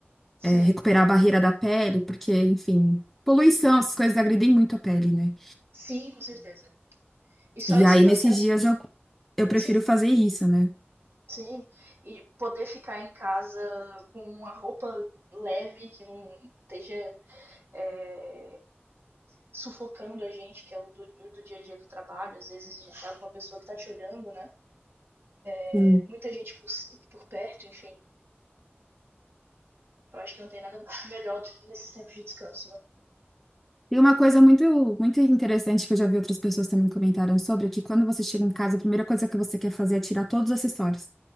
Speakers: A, in the centre; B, on the right.
A: é,
B: Sim,
A: recuperar a barreira da pele, porque, enfim, poluição, essas coisas agridem muito a pele, né?
B: sim, com certeza. E só
A: E
B: esse
A: aí,
B: processo,
A: nesses dias, eu, eu prefiro
B: sim,
A: fazer isso, né?
B: sim. E poder ficar em casa com uma roupa leve, que não esteja é, sufocando a gente, que é o do, do dia a dia do trabalho, às vezes a gente tá com uma pessoa que tá te olhando, né? É,
A: Sim.
B: muita gente por, por perto, enfim. Eu acho que não tem nada <laughs> melhor do que nesses tempos de descanso, né?
A: Tem uma coisa muito, muito interessante que eu já vi outras pessoas também comentaram sobre, é que quando você chega em casa, a primeira coisa que você quer fazer é tirar todos os acessórios.